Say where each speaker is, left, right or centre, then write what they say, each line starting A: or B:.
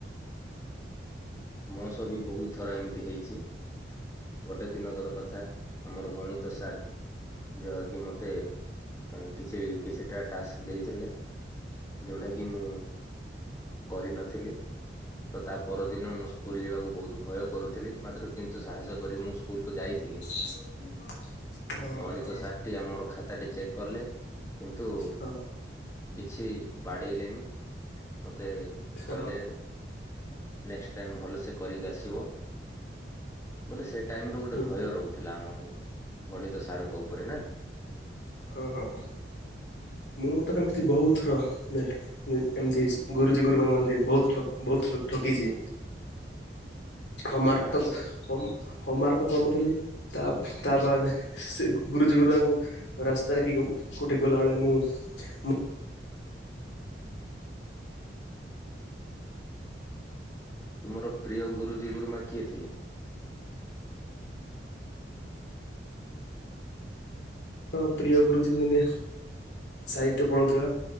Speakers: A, on the left; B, on the left.
A: ମସହବି ବହୁତ୍ ଥର ଏମିତି ହେଇଚି। ଗୋଟେ ଦିନକର କଥା ଆମର ଗଣିତ ସାର୍ ଯହାକି ମତେ ଅଁ କିଛି କିଛିଟା ଟାସ୍କ ଦେଇଥିଲେ ଯୋଉଟାକି ମୁଁ କରିନଥିଲି ତ ତାପରଦିନ ମୁଁ ସ୍କୁ ସ୍କୁଲ୍ ଯିବାକୁ ବହୁତ୍ ଭୟ କରୁଥିଲି ମାତ୍ର କିନ୍ତୁ ସାହସ କରି ମୁଁ ସ୍କୁଲକୁୁ ଯାଇଥିଲି।
B: <unintelligible> ଓହୋ
A: ଗଣିତ ସାରଟି ଆମର ଖାତାଟି ଚେକ୍ କଲେ କିନ୍ତୁ
B: ହଁ
A: କିଛି ବାଡ଼େଇଲେନି ମତେ
B: ତ
A: କହିଲେ ନେକ୍ସଟ୍ ଟାଇମ୍ ଭଲସେ କରିକି ଆସିବ ବୋଲେ ସେ ଟାଇମରେ ଗୋଟେ
B: ହୁଁ
A: ଭୟ ରହୁଥିଲା ଆମ ଗଣିତ ସାରଙ୍କ ଉପରେ ନା।
B: ହଁ ହଁ ହଁ। ମୁଁତ ଏମିତି ବହୁତ୍ ଥର ନେଲ୍ ମୁଁ ଏମିତି ଗୁରୁଜୀ ଗୁରୁମା କୁହନ୍ତି ବହୁତ୍ ଠ-ବହୁତ୍ ଠକିଛି। ହୋମୱାର୍କ
A: ଆଚ୍ଛା
B: ତ ହମ୍ ହୋମୱର୍କ ତ କରୁନଥିଲି ତା ତାବାଦେ ସେ ଗୁରୁଜୀ ଗୁରୁମାଙ୍କୁ ରାସ୍ତାରେ କି କୋଉଠି ଗଲାବେଳେ ମୁଁ ମ
A: ତୁମର ପ୍ରିୟ ଗୁରୁଜୀ ଗୁରୁମା କିଏ ଥିଲେ?
B: ର ପ୍ରିୟ ଗୁରୁଜୀ ହଉଛନ୍ତି ସାହିତ୍ୟ ପଢ଼ଉଥିଲା